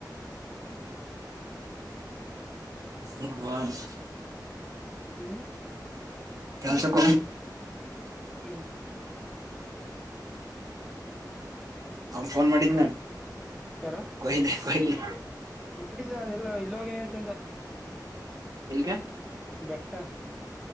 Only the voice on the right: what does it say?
ಭಗವನ್
ಕೆನ್ಸಕ
ಅವ್ ಫೋನ್ ಮಾಡಿದ್ನ
ಕೊಹ್ಲಿ ಕೊಹ್ಲಿ
ಎಲ್ಲಿಗೆ